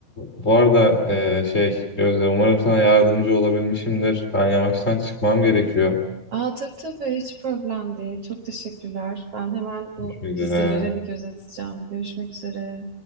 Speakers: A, on the left; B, on the right.
A: bu arada e, şey Gözde umarım sana yardımcı olabilmişimdir. Ben yavaştan çıkmam gerekiyor.
B: Aa, tabii tabii hiç problem değil. Çok teşekkürler. Ben hemen bu
A: Görüşmek
B: dizilere
A: üzere.
B: bir göz atacağım. Görüşmek üzere.